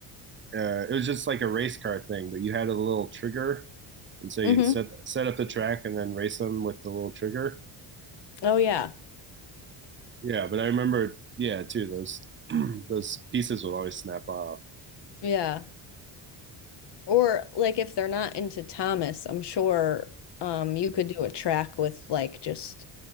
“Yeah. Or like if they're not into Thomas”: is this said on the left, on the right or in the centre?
Left